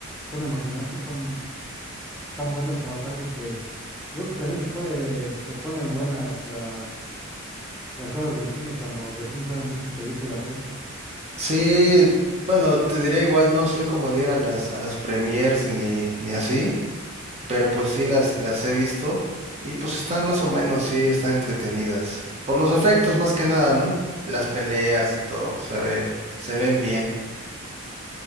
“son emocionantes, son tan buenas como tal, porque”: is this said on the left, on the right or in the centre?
Centre